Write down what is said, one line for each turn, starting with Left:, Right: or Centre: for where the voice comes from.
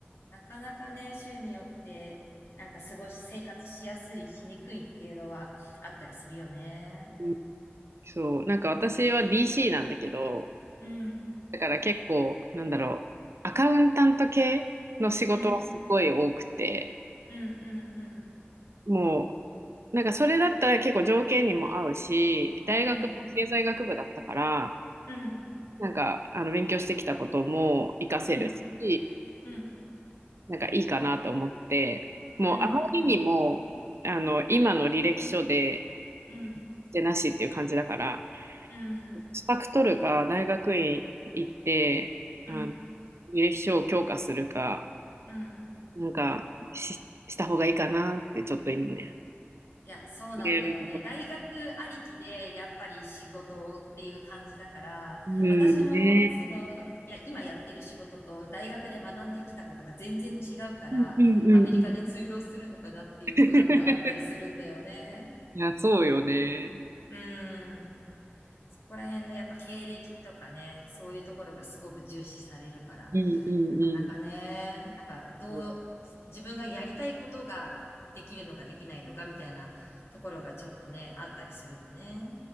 Left: なかなかね、州によって、なんか過ごし、生活しやすい、しにくいっていうのはあったりするよね。
Right: うん、そう。なんか、私は DC なんだけど、
Left: うん、
Right: だから結構、なんだろう、アカウンタント系の仕事はすごい多くて、
Left: うん、うん、うん、うん、
Right: もう、なんかそれだったら結構条件にも合うし、大学も経済学部だったから、
Left: うん、うん、
Right: なんか、あの、勉強してきたことも活かせるし、
Left: うん、うん、
Right: なんかいいかなと思って、もうあまりにも、
Left: うん、
Right: あの、今の履歴書で、
Left: うん、うん、
Right: してなしっていう感じだから、
Left: うん、
Right: 資格取るか、大学院行って、あの、
Left: うん。
Right: 履歴書を強化するか、
Left: うん
Right: なんかし、した方がいいかなって、ちょっと今ね。
Left: いや、そうなんだよね。
Right: でう
Left: 大学ありきで、やっぱり仕事っていう感じだから、
Right: んね。
Left: 私も、その、いや、今やってる仕事と大学で学んできたことが全然違うから、
Right: うんうんうんうん。
Left: アメリカで通用するのかなっていう不安があったりするんだよね。
Right: <laughs> いや、そうよね。
Left: うん。そこら辺のやっぱ経歴とかね、そういうところがすごく重視されるから、
Right: うんう
Left: なかなかね、
Right: ん
Left: なんかどう、
Right: うん。
Left: 自分がやりたいことができるのかできないのかみたいなところがちょっとね、あったりするよね。